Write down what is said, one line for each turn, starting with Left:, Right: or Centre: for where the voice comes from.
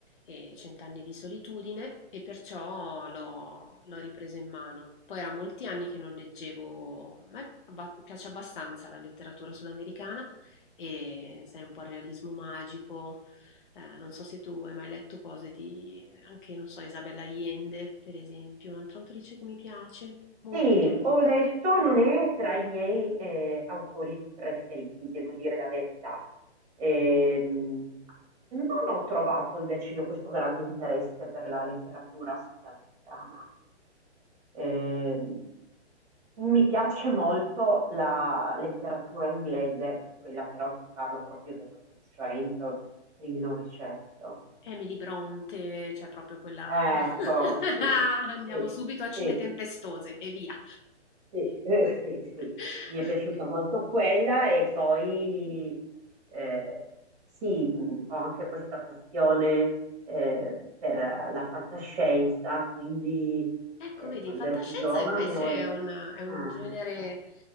Left: e Cent'anni di solitudine, e perciò l'ho l'ho ripreso in mano. Poi era molti anni che non leggevo, a me abba- piace abbastanza la letteratura sudamericana e sai, un po' il realismo magico. eh, non so se tu hai mai letto cose di anche, non so, Isabella Allende, per esempio, un'altra autrice che mi piace molto.
Right: Sì, ho letto, non è tra i miei eh, autori preferiti, devo dire la verità. Ehm, non ho trovato invece io questo grande interesse per la letteratura sudamericana. Ehm, mi piace molto la letteratura inglese, quella però ti parlo proprio dell'Ottocento, primi Novecento.
Left: Emily Brontë, cioè proprio quella
Right: Ecco,
Left: <laughs>
Right: sì,
Left: andiamo
Right: sì,
Left: subito a Cime
Right: sì,
Left: Tempestose e via.
Right: sì, eh, sì,
Left: <laughs>
Right: sì. Mi è piaciuta molto quella e poi eh, sì, mh, ho anche questa passione eh, per la fantascienza, quindi
Left: Ecco,
Right: eh,
Left: vedi,
Right: quando
Left: fantascienza
Right: ero più giovane
Left: invece
Right: ho letto
Left: è un, è un
Right: ah,
Left: genere